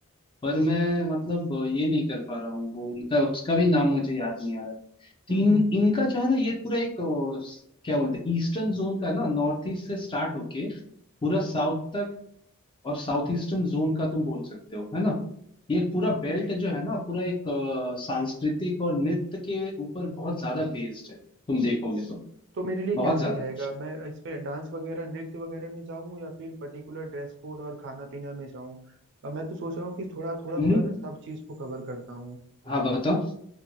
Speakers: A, on the left; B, on the right.
A: पर मैं मतलब अ, ये नहीं कर पा रहा हूँ वो उनका उसका भी नाम मुझे याद नहीं आ रहा है तीन
B: हम्म,
A: इनका जो है ना ये पूरा एक अ, स- क्या बोलते हैं ईस्टर्न जोन का ना नॉर्थ ईस्ट से स्टार्ट होके पूरा साउथ तक और साउथ ईस्टर्न जोन का तुम बोल सकते हो है ना ये पूरा बेल्ट जो है ना पूरा एक अ, सांस्कृतिक और नृत्य के ऊपर बहुत ज्यादा बेस्ड है तुम देखोगे तो
B: तो मेरे लिए
A: बहुत
B: क्या सही
A: ज्यादा
B: रहेगा मैं इसमें डांस वगैरह नृत्य वगैरह में जाऊं या फिर पर्टिकुलर ड्रेस कोड और खाना पीना में जाऊं अ, मैं तो सोच रहा हूँ कि थोड़ा थोड़ा
A: नृत्य
B: थोड़ा ना सब चीज को कवर करता हूँ
A: हाँ बताओ